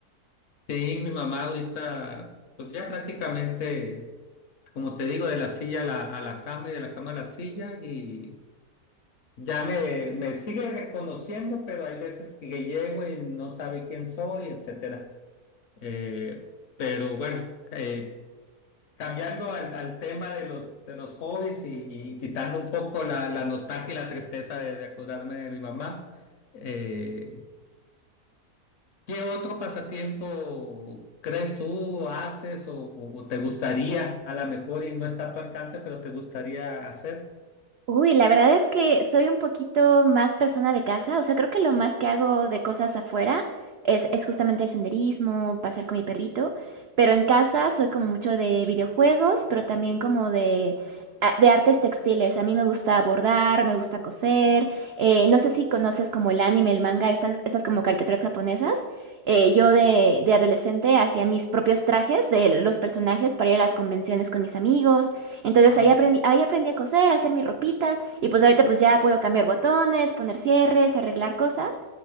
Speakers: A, on the left; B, on the right.
A: Sí, mi mamá ahorita, pues ya prácticamente, como te digo, de la silla a la, a la cama y de la cama a la silla y ya me, me sigue reconociendo, pero hay veces que llego y no sabe quién soy, etcétera. Eh, pero bueno, eh, Cambiando al, al tema de los, de los hobbies y, y quitando un poco la, la nostalgia y la tristeza de, de acordarme de mi mamá, eh, ¿qué otro pasatiempo crees tú haces o, o- o te gustaría, a lo mejor y no está a tu alcance, pero te gustaría hacer?
B: Uy, la verdad es que soy un poquito más persona de casa, o sea, creo que lo más que hago de cosas afuera es, es justamente el senderismo, pasear con mi perrito, pero en casa soy como mucho de videojuegos, pero también como de, a- de artes textiles. A mí me gusta bordar, me gusta coser, eh, no sé si conoces como el anime, el manga, estas, estas como caricaturas japonesas. Eh, yo de, de adolescente hacía mis propios trajes de los personajes para ir a las convenciones con mis amigos. Entonces
A: Wow.
B: ahí aprendí, ahí aprendí a coser, a hacer mi ropita y pues ahorita pues ya puedo cambiar botones, poner cierres, arreglar cosas.